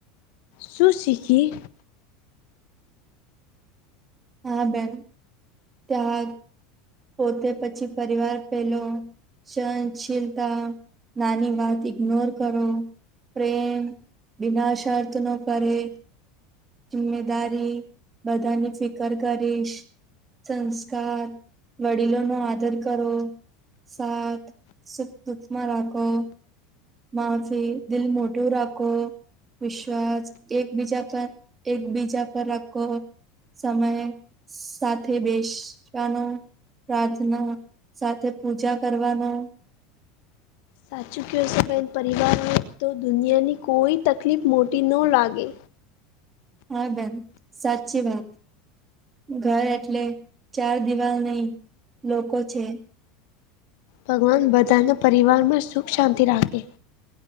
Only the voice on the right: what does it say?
હા બેન ત્યાંગ પોતે પછી પરિવાર પેલો સહનશીલતા નાની વાત ઇગ્નોર કરો પ્રેમ વિના શર્ત નો કરે કે જિમ્મેદારી બધાની ફિકર કરીશ સંસ્કાર વડીલો નો આદર કરવો સાથ સુખ દુઃખમાં રાખો માફી દિલ મોટું રાખો વિશ્વાસ એકબીજા પર એકબીજા પર રાખો સમયે સાથે બેસવાનો પ્રાર્થના સાથે પૂજા કરવાનો.
હા બેન સાચી વાત. ઘર એટલે ચાર દિવાલ નહી લોકો છે.